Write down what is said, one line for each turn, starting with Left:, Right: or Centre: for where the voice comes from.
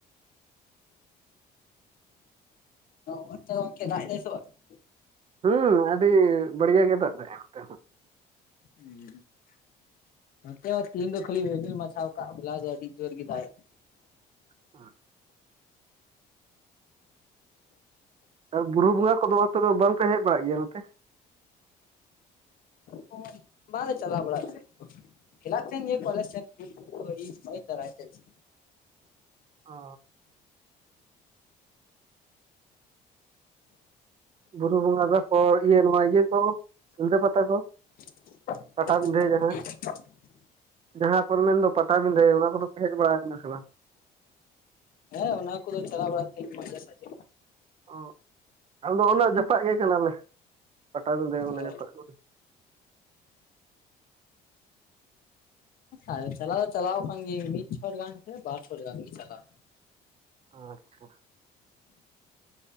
Left: ᱚᱱᱛᱮ ᱜᱚᱝᱠᱮ ᱫᱟᱜ ᱫᱟᱭ ᱥᱮ ᱵᱟᱝ?
Right: ᱦᱩᱸ ᱟᱹᱰᱤ ᱵᱟᱲᱭᱟ ᱜᱮ ᱫᱟᱜ ᱫᱟᱭ ᱱᱚᱛᱮ ᱦᱚᱸ ᱾
Left: ᱦᱩᱸ ᱾ ᱱᱚᱛᱮ ᱦᱚᱸ ᱛᱤᱦᱤᱧ ᱫᱚ ᱠᱷᱟᱞᱤ ᱨᱤᱢᱤᱞ ᱢᱟᱪᱷᱟᱣ ᱠᱟᱜ ᱦᱚᱞᱟ ᱟᱹᱰᱤ ᱡᱳᱨ ᱜᱤ ᱫᱟᱜ
Right: <unintelligible> ᱟᱨ ᱵᱩᱨᱩ ᱵᱚᱸᱜᱟ ᱠᱚᱫᱚ ᱟᱯᱮ ᱫᱚ ᱵᱟᱝ ᱯᱮ ᱦᱮᱡ ᱵᱟᱲᱟᱜ ᱜᱮᱭᱟ ᱱᱚᱛᱮ?
Left: ᱛᱟᱦᱮᱸᱫ᱾ ᱵᱟᱞᱮ ᱪᱟᱞᱟᱣ ᱵᱟᱲᱟᱜ ᱛᱟᱦᱮ ᱜᱚᱝᱠᱮ ᱾ ᱦᱮᱞᱟᱜ ᱛᱟᱦᱮᱱ ᱜᱮᱭᱟ ᱠᱚ ᱟᱞᱮ ᱥᱮᱱ <unintelligible> ᱵᱟᱭᱤᱠ ᱫᱟᱨᱟᱭ ᱛᱮ <unintelligible>
Right: ᱚ ᱾ ᱵᱩᱨᱩ ᱵᱚᱸᱜᱟ ᱛᱟᱯᱚᱨ ᱤᱭᱟᱹ ᱱᱚᱣᱟ ᱤᱭᱟᱹ ᱠᱚ ᱥᱤᱞᱫᱟᱹ ᱯᱟᱛᱟ ᱠᱚ
Left: <inaudible>
Right: ᱯᱟᱴᱟᱵᱤᱸᱫᱷᱟᱹ ᱡᱟᱦᱟᱸ ᱡᱟᱦᱟᱸ ᱠᱚ ᱢᱮᱱᱫᱚ ᱯᱟᱴᱟᱵᱤᱸᱷᱟᱹ ᱱᱚᱣᱟ ᱠᱚᱫᱚ ᱯᱮ ᱦᱮᱡ ᱵᱟᱲᱟ ᱠᱟᱱᱟ ᱥᱮ ᱵᱟᱝ?
Left: ᱦᱮᱸ ᱚᱱᱟ ᱠᱚᱫᱚ ᱪᱟᱞᱟᱣ ᱵᱟᱲᱟᱜ ᱛᱤᱧ ᱢᱟᱡᱷᱮ ᱥᱟᱸᱡᱮ
Right: ᱚ, ᱟᱞᱮ ᱫᱚ ᱚᱱᱟ ᱡᱟᱯᱟᱜ ᱜᱮ ᱠᱟᱱᱟᱞᱮ ᱯᱟᱴᱟᱵᱤᱸᱫᱷᱟᱹ ᱚᱱᱟ
Left: ᱚ
Right: ᱡᱟᱯᱟᱜ ᱠᱚᱨᱮ
Left: ᱦᱮᱸ ᱪᱟᱞᱟᱣ ᱪᱟᱞᱟᱣ ᱟᱠᱟᱱ ᱜᱤᱭᱟᱹᱧ ᱢᱤᱫ ᱪᱷᱚᱴ ᱜᱟᱱ ᱥᱮ ᱵᱟᱨ ᱪᱷᱚᱴ ᱜᱟᱱ ᱜᱤᱧ ᱪᱟᱞᱟᱣ
Right: ᱟᱪᱪᱷᱟ᱾